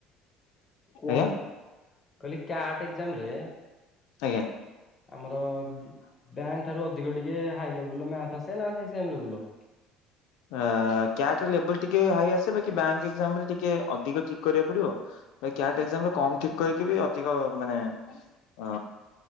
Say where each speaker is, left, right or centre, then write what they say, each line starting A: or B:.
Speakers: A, on the left; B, on the left.
A: କୁହନ୍ତୁ
B: ଆଜ୍ଞା
A: କହିଲି କ୍ୟାଟ୍ ଏକ୍ଜାମ ରେ
B: ଆଜ୍ଞା।
A: ଆମର ବ୍ୟାଙ୍କ ଠାରୁ ଅଧିକ ଟିକେ ହାଇ ଲେବୁଲର ମ୍ୟାଥେ ଆସେ ନା ସେ ସେମ୍ ଲେବୁଲର?
B: କ୍ୟାଟ୍ ଲେବୁଲ ଟିକେ ହାଇ ଆସେ ବାକି ବ୍ୟାଙ୍କ ଏକ୍ଜମ ରେ ଟିକେ ଅଧିକ ଠିକ୍ କରିବାକୁ ପଡିବ। ଭାଇ କ୍ୟାଟ୍ ଏକ୍ଜମରେ କମ ଠିକ୍ କରିକି ବି ଅଧିକ ମାନେ ଅ